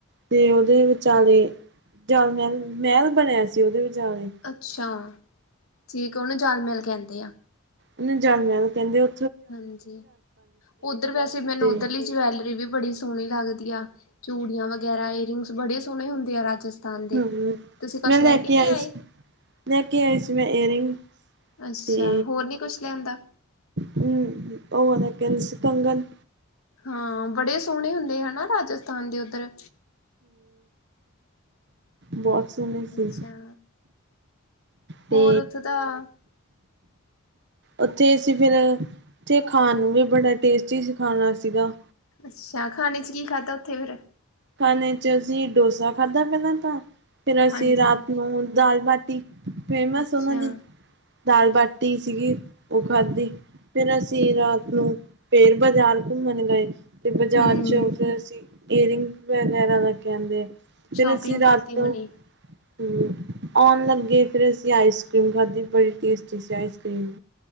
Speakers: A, on the right (about 55°); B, on the left (about 75°).
A: ਤੇ ਓਦੇ ਵਿਚਾਲੇ, ਜਲ ਮੈਲ- ਮੈਲ ਬਣੇਆ ਸੀ ਓਦੇ ਵਿਚਾਲੇ।
B: ਅੱਛਾ, ਠੀਕ ਓਨੂੰ ਜਲ ਮੈਲ ਕੇਂਦੇ ਆ।
A: ਓਨੂੰ ਜਲ ਮੈਲ ਕੇਂਦੇ ਆ
B: ਹਾਂਜੀ, ਓਧਰ ਵੈਸੇ ਮੈਨੂੰ
A: ਤੇ
B: ਓਧਰ ਲੀ ਜਵੈਲਰੀ ਵੀ ਬੜੀ ਸੋ ਸੋਹਣੀ ਲਗਦੀ ਆ, ਚੂੜੀਆਂ ਵਗੈਰਾ ਈਅਰਿੰਗਸ ਬੜੇ ਸੋਹਣੇ ਹੁੰਦੇ ਆ ਰਾਜਸਥਾਨ ਦੇ
A: ਹੂੰ
B: ਤੁਸੀਂ ਕੁਛ
A: ਮੈਂ ਲੈ ਕੇ
B: ਨਹੀਂ
A: ਆਈ
B: ਆਏ
A: ਸੀ। ਲੈ ਕੇ ਆਈ ਸੀ ਮੈਂ ਏਅਰਿੰਗ
B: ਅੱਛਾ
A: ਤੇ
B: ਹੋਰ ਨੀ ਕੁਛ ਲਿਆਂਦਾ
A: ਹੂੰ---ਓ ਵਾਲਾ ਕਨਸ ਕੰਗਨ।
B: ਹਾਂ, ਬੜੇ ਸੋਹਣੇ ਹੁੰਦੇ ਹਨਾ ਰਾਜਸਥਾਨ ਦੇ ਓਧਰ?
A: ਬੋਤ ਸੋਹਣੇ
B: ਅੱਛਾ
A: ਸੀ। ਤੇ
B: ਹੋਰ ਓੱਥੇ ਤਾਂ
A: ਓਥੇ ਅਸੀ ਫੇਰ, ਓਥੇ ਖਾਣ ਨੂੰ ਵੀ ਬੜਾ ਟੇਸਟੀ ਸੀ ਖਾਣਾ ਸੀਗਾ।
B: ਅੱਛਾ, ਖਾਣੇ ਚ ਕੀ ਖਾਧਾ ਓੱਥੇ ਫੇਰ?
A: ਖਾਣੇ ਚ ਅਸੀਂ ਡੋਸਾ ਖਾਧਾ ਪੇਲਾਂ ਤਾਂ ਫੇਰ ਅਸੀਂ
B: ਹਾਂਜੀ
A: ਰਾਤ ਨੂੰ ਦਾਲ ਬਾਟੀ ਫੇਮਸ
B: ਅੱਛਾ
A: ਉਹਨਾਂ ਦੀ ਦਾਲ ਬਾਟੀ ਸੀਗੀ ਉਹ ਖਾਧੀ ਫੇਰ ਅਸੀਂ
B: ਠੀਕ
A: ਰਾਤ ਹਮ ਫੇਰ ਬਾਜ਼ਾਰ ਘੁੰਮਣ ਗਏ ਤੇ ਬਾਜ਼ਾਰ
B: ਹਮ
A: ਚ ਫੇਰ ਅਸੀਂ ਏਅਰਿੰਗ ਵਗੈਰਾ ਦਾ ਕਹਿੰਦੇ
B: ਸ਼ੋਪਿੰਗ
A: ਫੇਰ ਅਸੀਂ ਰਾਤ
B: ਕੀਤੀ ਹੋਣੀ
A: ਨੂੰ ਹਮ ਆਉਣ ਲੱਗੇ ਫੇਰ ਅਸੀਂ ਆਈਸ ਕਰ੍ਰੀਮ ਖਾਧੀ ਬੜੀ ਟੇਸਟੀ ਸੀ ਆਈਸ ਕਰੀਮ।